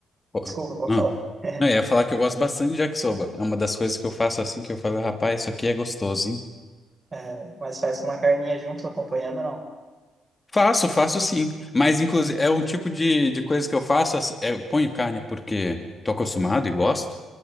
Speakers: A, on the left; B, on the right.
A: Pô,
B: desculpa,
A: ah,
B: pode falar. <laughs>
A: não, eu ia falar que eu gosto bastante de yakisoba. É uma das coisas que eu faço assim que eu falo, rapaz, isso aqui é gostoso, hein?
B: É, mas faz com uma carninha junto acompanhando,
A: Faço, faço sim. Mas, inclusive, é um tipo de, de coisa que eu faço. assim, é, Eu ponho carne porque tô acostumado e gosto,